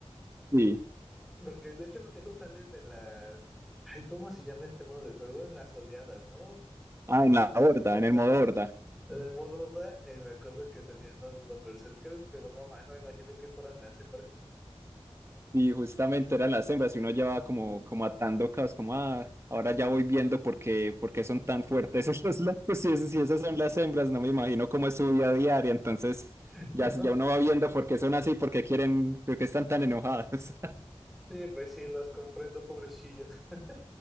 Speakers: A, on the right; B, in the centre.
A: Sí.
B: porque de hecho esos salen en las, ay, ¿cómo se llama este modo de juego? En las oleadas, ¿no?
A: Ah, en la horda,
B: En las hordas.
A: en el modo horda.
B: En el modo horda, eh, me acuerdo que salían los, los berserkers, pero no, man, no me imaginé que fueran las hembras.
A: Y justamente eran las hembras y uno ya va como, como atando cabos, como, ah, ahora ya voy viendo por qué, por qué son tan fuertes <laughs> esos locos. Si, esas- si esas son las hembras, no me imagino cómo es su vida diaria. Entonces,
B: <laughs>
A: ya,
B: No,
A: ya uno va viendo por qué son así, por qué quieren, por qué están tan enojadas.
B: sí, pues sí, los comprendo, pobrecillos. <laughs>